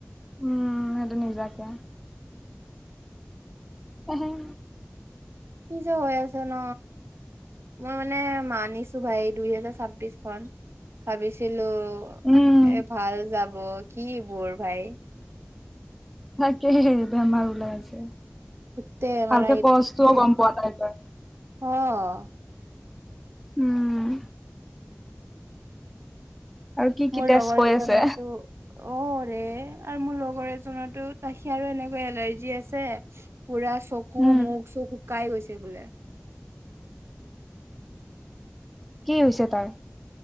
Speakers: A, in the centre; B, on the right (about 65°).
A: উম, সেইটো নিজাকে, কি <unintelligible>
B: কি যে হৈ আছে ন। মই মানে মানিছো ভাই দুইহেজাৰ ছাব্বিশ খন ভাবিছিলো
A: উম
B: এ ভাল যাব কি বোৰ ভাই।
A: তাকেই বেমাৰ ওলাই আছে।
B: গোটেই এমাৰ
A: ভালকে কচটোও গম পোৱা নাই তই।
B: অহ',
A: উম, আৰু কি কি
B: মোৰ
A: টেষ্ট
B: লগৰ
A: কৈ
B: এজন
A: আছে
B: টো অৰে আৰু মোৰ লগৰ এজ টো তাহি আৰু এনেকৈ এলাৰ্জি আছে পুৰা চকু
A: উম
B: মুখ চুখ শুকাই গৈছে বোলে।
A: কি হৈছে তাৰ?